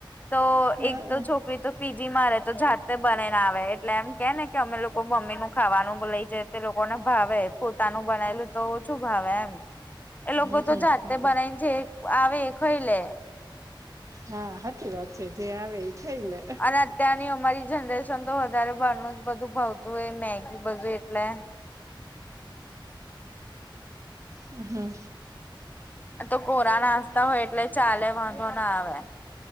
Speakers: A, on the left; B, on the right.
A: તો
B: હા
A: એક તો છોકરી તો પીજી મા રે તો જાતે બનાઈને આવે એટલે એમ કે ને કે અમે લોકો મમ્મી નું ખાવાનું લઈ જ તે લોકોને ભાવે પોતાનું બનાયલું. તો શું ભાવે એમ એ લોકો
B: હમમ
A: તો જાતે બનાવીને જે આવે એ ખઈ લે
B: હા સાચી વાત છે જે આવે એ ખાઈ લે
A: અને અત્યારની અમારી જનરેશન તો વધારે બહાર નુજ બધું ભાવતું હોય મેગી બધું એટલે
B: હમ.
A: તો કોરા નાસ્તા હોય એટલે ચાલે વાંધો ના આવે